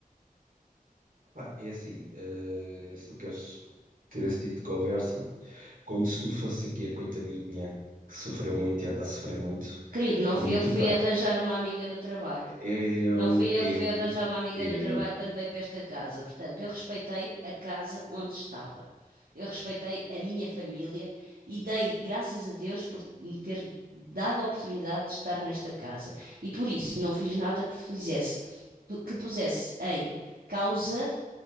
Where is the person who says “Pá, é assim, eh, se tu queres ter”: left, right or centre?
Right